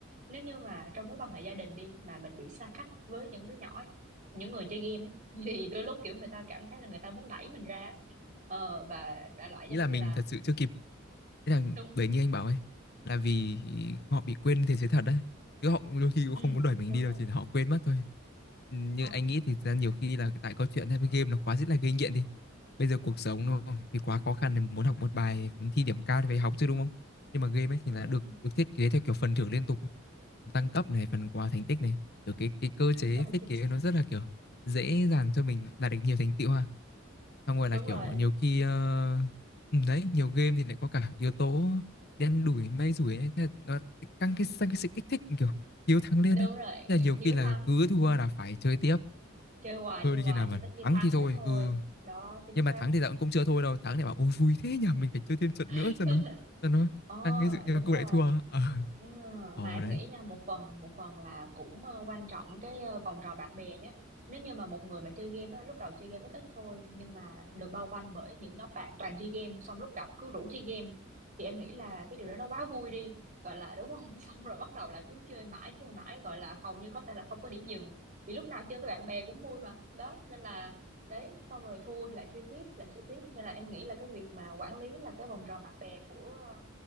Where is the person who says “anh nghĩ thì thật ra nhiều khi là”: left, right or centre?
Left